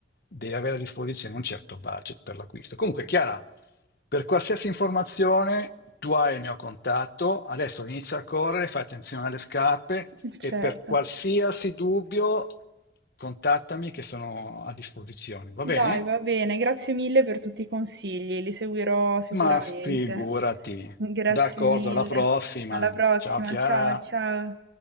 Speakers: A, on the left; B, on the right.
A: deve avere a disposizione un certo budget per l'acquisto. Comunque, Chiara, per qualsiasi informazione tu hai il mio contatto, adesso inizia a correre, fai attenzione alle scarpe
B: <laughs> certo.
A: e per qualsiasi dubbio contattami che sono a disposizione, va bene?
B: Dai, va bene, grazie mille per tutti i consigli, li seguirò sicuramente.
A: Ma figurati.
B: Grazie
A: D'accordo,
B: mille.
A: alla prossima.
B: Alla prossima,
A: Ciao Chiara.
B: ciao ciao.